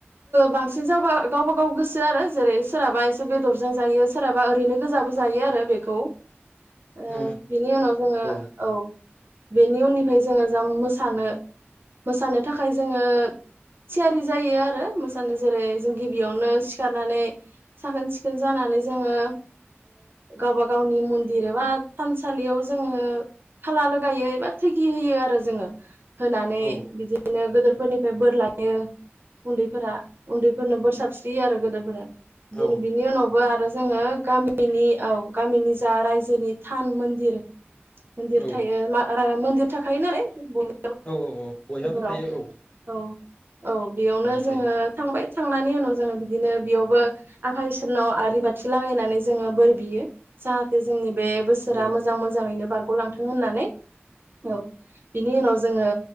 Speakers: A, on the right (about 55°); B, on the left (about 25°).
A: बांसिन जाबा गावबा गाव गोसो आरो जेरै सोरहाबा एसे बेदरजों जायो सोरहाबा ओरैनो गोजाबो जायो आरो बेखौ। ओ
B: उम
A: बिनि उनाव जोङो
B: उम
A: औ। बेनि उननिफ्राय जोङो जा मोसानो मोसानो थाखाय जोङो थियारि जायो आरो मोसानो जेरै जों गिबियावनो सिखारनानै साखोन सिखोन जानानै जोङो गावबा गावनि मन्दिर एबा थानसालियाव जोङो खाला लगायो एबा थैगि होयो आरो जोङो होनानै
B: औ
A: बिदिनो गोदरफोरनिफ्राय बोर लायो उन्दैफोरा उन्दैफोरनो बोर साबस्रियो आरो गोदोरफोरा। दि
B: औ
A: बिनि उनावबो आरो जोङो। गामिनि औ गामिनि जा रायजोनि थान मन्दिर। मन्दिर
B: औ
A: थायो । मा आ रा गा मन्दिर थाखायो नालाय बय
B: औ औ औ बयहाबो।
A: आव
B: थायो औ
A: औ। औ बेयावनो
B: औ
A: जोङो
B: थायो
A: थांबाय थांनानै उनाव जोङो बिदिनो बेयावबो आफा इसोरनाव आरि बाथि लागायनानै जोङो बोर बियो जाहाथे जोंनि बे बोसोरा
B: औ
A: मोजां मोजाङैनो बार गलांथों होननानै। औ बिनि उनाव जो ङो।